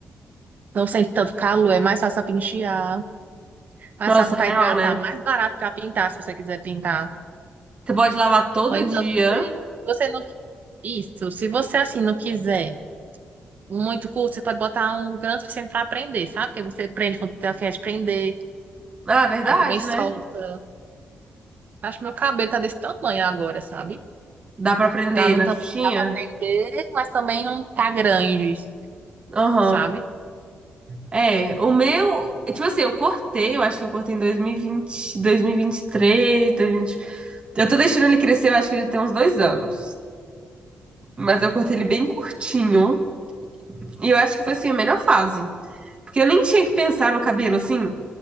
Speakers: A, on the right; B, on the right.
A: não sente tanto calor, é mais fácil pra pentear, mais
B: nossa,
A: fácil
B: real,
A: pra hidratar,
B: né?
A: mais barato pra pintar, se você quiser pintar.
B: Você pode lavar todo
A: Ou então
B: dia.
A: você, se você não, qui- isso, se você assim não quiser muito curto, você pode botar um gancho sem pra prender, sabe? Porque você prende quando tem a fim de prender,
B: Ah, é verdade,
A: aí também solta.
B: né?
A: Acho que meu cabelo tá desse tamanho agora, sabe?
B: Dá pra prender
A: Tá não
B: na
A: tamanho
B: xuxinha?
A: que dá pra aprender, mas também não tá grande,
B: Aham.
A: sabe?
B: É, o meu, tipo assim, eu cortei, eu acho que eu cortei em 2020, 2023, 2020... Eu tô deixando ele crescer, eu acho que ele tem uns dois anos. Mas eu cortei ele bem curtinho. E eu acho que foi assim a melhor fase. Porque eu nem tinha que pensar no cabelo, assim,